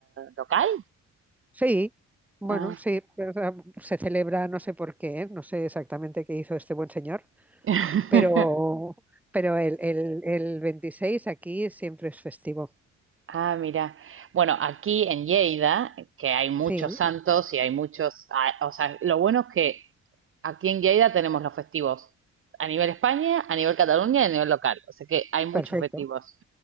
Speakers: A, on the right (about 45°); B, in the centre.
A: local?
B: Sí, bueno,
A: Ah,
B: sí, pero, o sea, se celebra, no sé por qué, ¿eh? No sé exactamente qué hizo este buen señor,
A: <laughs>
B: pero, pero el, el, el veintiséis aquí siempre es festivo.
A: ah, mirá. Bueno, aquí en Lleida, que hay muchos
B: Sí,
A: santos y hay muchos, ah, o sea, lo bueno es que aquí en Lleida tenemos los festivos a nivel España, a nivel Cataluña y a nivel local. O sea que hay muchos
B: perfecto.
A: festivos.